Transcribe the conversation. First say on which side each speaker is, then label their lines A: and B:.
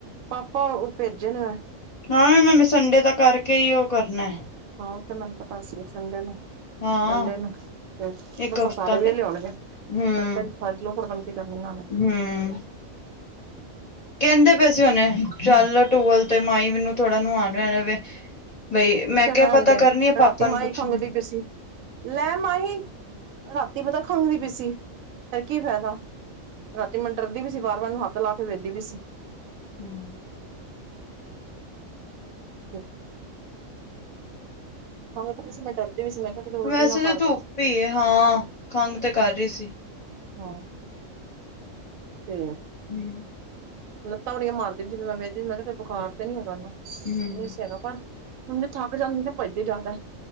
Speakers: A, on the right; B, on the left.
A: ਪਾਪਾ ਉਹ ਭੇਜੇ ਨੇ ਮੈਂ
B: ਹ ਮੈਨੁ ਸੰਡੇ ਦਾ ਕਰਕੇ ਹੀ ਉਹ ਕਰਨਾ ਹੈ
A: ਹਾਂ ਉਹ ਤੇ ਮੈਨੂੰ ਪਤਾ ਸੀ ਸੰਡੇ ਨੂੰ
B: ਹਾਂ
A: ਸੰੰਡੇ ਨੂੰ ਤੇ
B: ਇੱਕ
A: ਮਸਾਂ
B: ਹਫ਼ਤਾ
A: ਸਾਰੇ ਵਿਹਲੇ
B: ਤੇ
A: ਹੋਣਗੇ
B: ਹਮ
A: ਸੰਡੇ ਨੁ <unintelligible> ਕਰਨੀ ਉਹਨਾਂ ਨੇ
B: ਹਮ ਕਹਿੰਦੇ ਪਏ ਸੀ ਉਹਨੇ ਚੱਲ ਲੈ ਟੂਵਲ ਤੇ ਮਾਈ ਮੈਨੂੰ ਥੋੜਾ ਨ ਆਉਣ ਲ ਲਵੇ ਬਈ ਮੈਂ
A: ਉਹ ਕਹਿ
B: ਕਿਹਾ
A: ਰਹਿਣ
B: ਪਤਾ
A: ਦੇ
B: ਕਰਨੀ ਆ ਪਾਪਾ
A: ਰਾਤੀ
B: ਨੂੰ
A: ਮਾਈ
B: ਪੁੱਛਣ
A: ਖੰਘਦੀ ਪਈ ਸੀ। ਲੈ ਮਾਹੀ ਰਾਤੀ ਪਤਾ ਖੰਘਦੀ ਪੀਸੀ ਪਰ ਕੀ ਫਾਇਦਾ ਰਾਤੀ ਮੰਡਰਦੀ ਪੀ ਸੀ ਵਾਰ-ਵਾਰ ਏਨੂੰ ਹੱਥ ਲਾ ਕੇ ਵੇਖਦੀ ਵੀ ਸੀ
B: ਹਮ
A: ੳਕੇ ਹਾਂ ਸੀ ਮੈਂ ਡਰਦੀ ਵੀ ਸੀ ਮੈਂ ਕਿਹਾ ਕਿਤੇ ਉਲਟੀ
B: ਵੈਸੇ
A: ਨਾ
B: ਵੀ
A: ਕਰਦੇ
B: ਧੁੱਪ ਹੀ ਹੈ ਹਾਂ ਖੰਘ ਤੇ ਕਰ ਰਹੀ ਸੀ
A: ਹਾਂ ਤੇ
B: <unintelligible>
A: ਲੱਤਾ ਬੜੀਆਂ ਮਾਰਦੀ ਪੀ ਸੀ ਮੈਂ ਵਹਿੰਦੀ ਮੈ ਕਿਹਾ ਬੁਖਾਰ ਤੇ ਨੀ ਹੈਗਾ ੳਨੁ
B: ਹੂੰ
A: ਨਹੀਂ ਸੀ ਹੈਗਾ ਪਰ ਮੈ ਥੱਕ ਜਾਂਦੀ ਨਾ ਭਜਦੀ ਜ਼ਿਆਦਾ